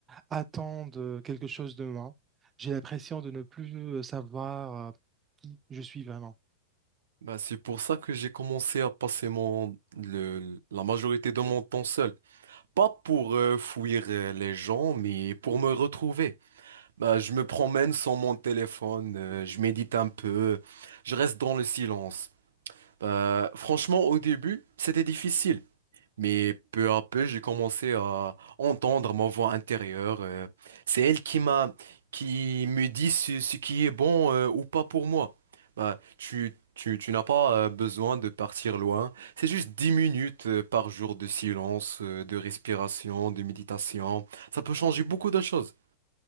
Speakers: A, on the right; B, on the right.
A: attendent quelque chose de moi. J'ai l'impression de ne plus euh, savoir euh, qui je suis vraiment.
B: Bah, c'est pour ça que j'ai commencé à passer mon, le, la majorité de mon temps seul. Pas pour euh, fuir euh, les gens, mais pour me retrouver. Bah, je me promène sans mon téléphone, euh, je médite un peu, je reste dans le silence. Bah, franchement, au début, c'était difficile. Mais peu à peu, j'ai commencé à entendre ma voix intérieure. euh, C'est elle qui m'a, qui me dit ce, ce qui est bon euh, ou pas pour moi. Bah, tu, tu, tu n'as pas euh, besoin de partir loin. C'est juste 10 minutes euh, par jour de silence, euh, de respiration, de méditation. Ça peut changer beaucoup de choses.